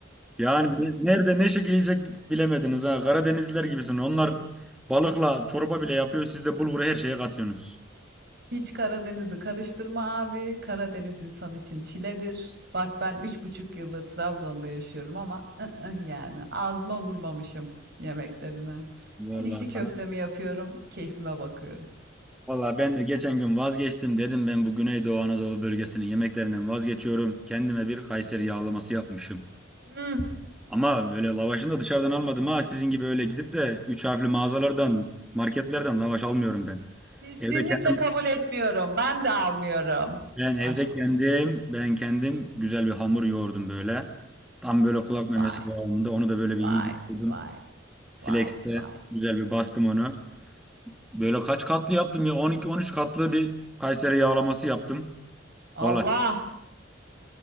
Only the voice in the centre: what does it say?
yani ne- nerede ne şekil yiyecek bilemediniz ha. Karadenizliler gibisin. Onlar balıkla çorba bile yapıyor. Siz de bulguru her şeye katıyorsunuz.
Vallahi
sana.
Vallahi ben de geçen gün vazgeçtim dedim ben bu Güneydoğu Anadolu bölgesinin yemeklerinden vazgeçiyorum. Kendime bir Kayseri yağlaması yapmışım.
Ama böyle lavaşını da dışarıdan almadım ha. Sizin gibi öyle gidip de üç harfli mağazalardan, marketlerden lavaş almıyorum ben.
Evde kendim
Ben evde
kendim,
ben kendim güzel bir hamur yoğurdum böyle. Tam böyle kulak memesi
kıvamında. Onu da böyle bir
iyi bitirdim.
Silex'te
güzel bir bastım onu. Böyle kaç katlı yaptım ya? 12-13 katlı bir Kayseri yağlaması yaptım.
Vallahi